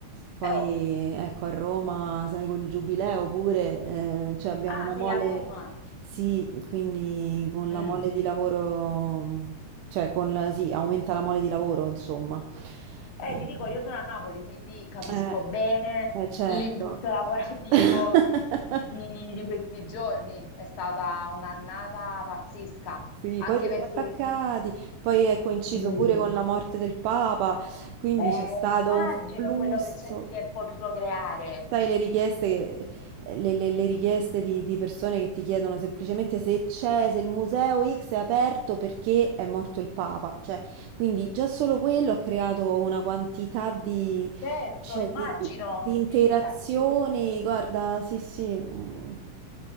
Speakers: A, on the right; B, on the left.
A: Poi
B: però...
A: ecco, a Roma, sai, col giubileo pure, eh, cioè abbiamo
B: Ah,
A: una
B: sei
A: mole,
B: a Roma.
A: sì, quindi con la
B: Mm.
A: mole di lavoro, cioè con, la- sì, aumenta la mole di lavoro, insomma.
B: Eh,
A: Eh,
B: ti dico, io sono a Napoli, quindi capisco
A: eh,
B: bene
A: eh, certo.
B: l'input <laughs> lavorativo
A: <laughs>
B: di, di questi giorni. È stata un'annata pazzesca,
A: Sì,
B: anche
A: poi tutti
B: perché
A: attaccati, poi è coinciso
B: sì,
A: pure con la morte del Papa, quindi
B: eh,
A: c'è stato
B: immagino
A: un flusso.
B: quello che c'è- si è potuto creare.
A: Sai, le richieste, che- le, le- le richieste di, di persone che ti chiedono semplicemente se c'è, se il museo X è aperto perché è morto il Papa. Cioè, quindi già solo quello ha creato una quantità di,
B: Certo,
A: cioè,
B: immagino
A: di, di- di interazioni.
B: di limitazioni.
A: Guarda, sì, sì. mm.